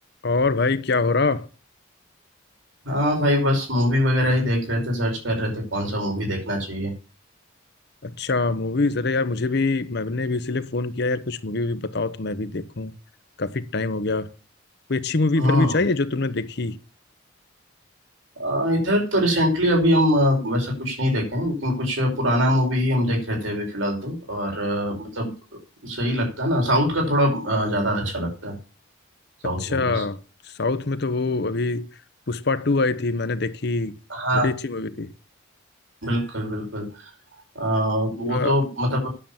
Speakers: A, on the left; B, on the right.
A: और भाई क्या हो रहा
B: हाँ भाई बस मूवी वगैरह ही देख रहे थे सर्च कर रहे थे कौन सा मूवी देखना चाहिए
A: अच्छा मूवीज अरे यार मुझे भी मैंने भी इसीलिए फोन किया यार कुछ मूवी भी बताओ तो मैं भी देखूं काफी टाइम हो गया कोई अच्छी मूवी
B: हम्म
A: इधर भी चाहिए जो तुमने देखी
B: अ, इधर तो रिसेंटली अभी हम अ, वैसा कुछ नहीं देखे हैं लेकिन कुछ पुराना मूवी ही हम देख रहे थे अभी फिलहाल तो और अ, मतलब सही लगता है ना साउथ का थोड़ा अ, ज्यादा अच्छा लगता है South
A: अच्छा
B: movies
A: साउथ में तो वो अभी पुष्पा टू आई थी मैंने देखी
B: हाँ
A: बड़ी अच्छी मूवी थी
B: बिल्कुल बिल्कुल अ, वो
A: पूरा
B: तो मतलब